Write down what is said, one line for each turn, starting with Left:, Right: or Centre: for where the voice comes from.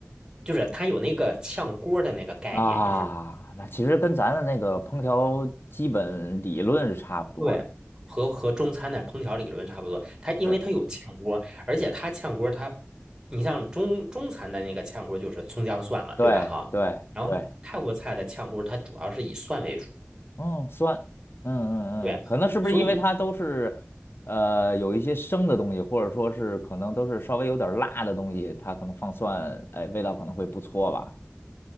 Right: 就是它有那个炝锅儿的那个概念，
Left: 啊。
Right: 你是
Left: 那其实跟咱的那个烹调基本理论是差不多的，
Right: 对，和和中餐的烹调理论差不多。它因为它有炝锅儿，
Left: 对
Right: 而且它炝锅儿它，你像中中餐的那个炝锅儿就是葱姜蒜了，
Left: 对对对
Right: 对吧？哈，然后泰国菜的炝锅儿它主要是以蒜为主，
Left: 哦，酸，嗯嗯嗯，
Right: 对，
Left: 可能是不是因为它都是，
Right: 所以
Left: 呃，有一些生的东西，或者说是可能都是稍微有点儿辣的东西，它可能放蒜，哎，味道可能会不错吧。